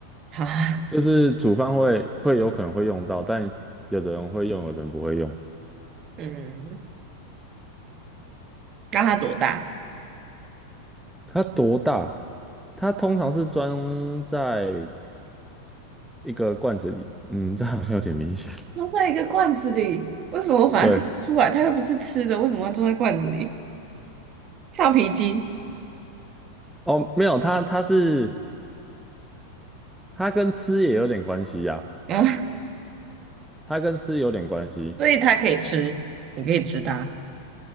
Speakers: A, on the right; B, in the centre.
A: <laughs> 哈，
B: 就是煮饭会会有可能会用到，但有的人会用，有的人不会用。
A: 嗯，那它多大？
B: 它多大？它通常是装在一个罐子里，嗯，这好像有点明显。
A: 装在一个罐子里，为什么我反而听不出来？
B: <laughs> 对，
A: 它又不是吃的，为什么要装在罐子里？橡皮筋
B: 哦，没有，它它是它跟吃也有点关系呀、
A: 啊，
B: 它跟吃有点关系。
A: <laughs> 所以它可以吃，你可以吃它，